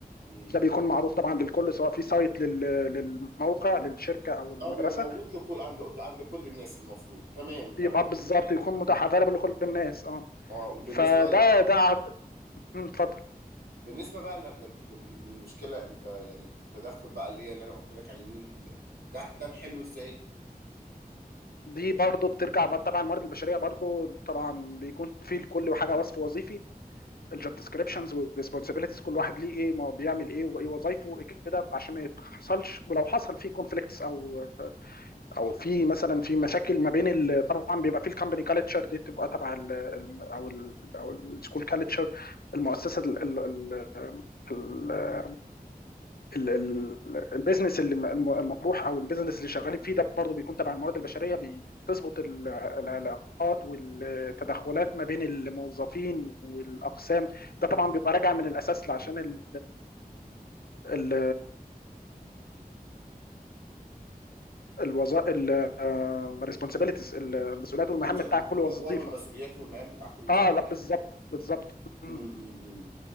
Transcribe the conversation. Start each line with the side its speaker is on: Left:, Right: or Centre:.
Right: امم
Left: ده بيكون معروض
Right: تمام
Left: طبعا للكل سواء في سايت لل- للموقع للشركه او المدرسه
Right: اه بيبقى موجود لكل عند عند كل الناس المفروض تمام تمام
Left: يبقى بالظبط يكون متاح افيلبل لكل الناس اه
Right: اه وبالنسبه
Left: فده
Right: بقى
Left: ده ع- مم، اتفضل
Right: بالنسبه بقى ل- لم- لم- للمشكله انت يعني التدخل بقى اللي هي اللي انا قلت لك عليه اللي- اللي- ده ده نحله ازاي
Left: دي برضو بترجع بقى طبعا الموارد البشريه برضو طبعا بيكون فيه لكل حاجه وصف وظيفي الجوب ديسكريبشنز والريسبونسابيلتيز كل واحد ليه ايه ما هو بيعمل ايه وايه وظايفه وايه كده عشان ما يحصلش ولو حصل فيه كونفليكتس او او في مثلا في مشاكل ما بين ال- طبعا بيبقى في الكومباني كالتشر دي بتبقى تبع ال ال- او ال او السكول كالتشر المؤسسه ال- ال- ال- ال- ال- ال- البيزنس اللي م- الم- المطروح او البيزنس اللي شغالين فيه ده برضه بيكون تبع الموارد البشريه بي- بتظبط ال- العلاقات والتدخلات ما بين الموظفين والاقسام ده طبعا بيبقى راجع من الاساس عشان ال ال الوظائف الريسبونسابيلتيز المسؤوليات
Right: الرولز
Left: والمهام بتاع
Right: اند
Left: كل
Right: الادوار
Left: وظيفه
Right: والمسؤوليات والمهام بتاع كل
Left: اه
Right: ف- واحد
Left: لا بالظبط بالظبط مم.
Right: امم امم